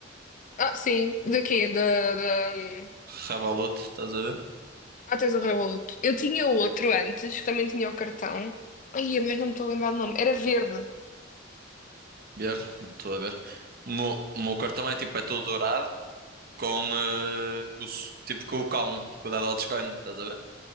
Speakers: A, on the left; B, on the right.
A: ah, sim, daqui, da. da hum,
B: Revolut, estás a ver?
A: ah, tens o Revolut. Eu tinha outro antes, que também tinha o cartão. Ai, mas não me estou a lembrar do nome. Era verde.
B: Ver, estou a ver. O meu, o meu cartão é tipo, é todo dourado com, eh, com os- tipo com o cão, com o da Dogecoin, estás a ver?